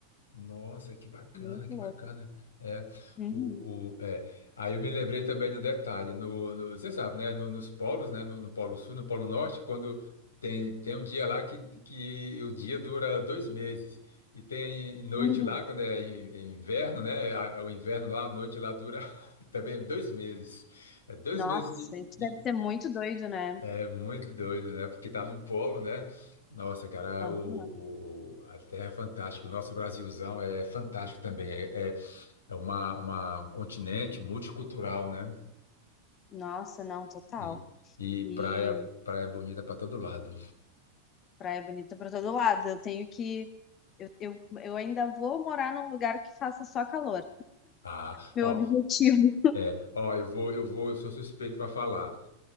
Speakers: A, on the left; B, on the left.
A: Nossa, que bacana,
B: Muito
A: que
B: louco.
A: bacana. É,
B: Uhum.
A: o, o, é. Aí eu me lembrei também de um detalhe, no, no- você sabe, né? no- nos polos, né? No, no Polo Sul, no Polo Norte, quando tem, tem um dia lá que, que o dia dura dois meses. E tem noite
B: Uhum.
A: lá, quando é in- é inverno, né? a- O inverno lá, a noite lá dura <laughs> também dois meses. É dois
B: Nossa,
A: meses de,
B: isso
A: de-
B: deve ser muito doido, né?
A: É muito doido, né? Porque tá no polo, né? Nossa, cara,
B: Aham.
A: o, o- o- a Terra é fantástica. O nosso Brasilzão é fantástico também. É, é, é uma, uma- um continente multicultural, né?
B: Nossa, não, total.
A: E, e
B: E
A: praia, praia bonita para todo lado.
B: praia bonita para todo lado. Eu tenho que. Eu, eu, eu ainda vou morar num lugar que faça só calor.
A: Ah,
B: Meu
A: ó,
B: objetivo.
A: é, ó, eu vou, eu vou, eu sou suspeito para falar.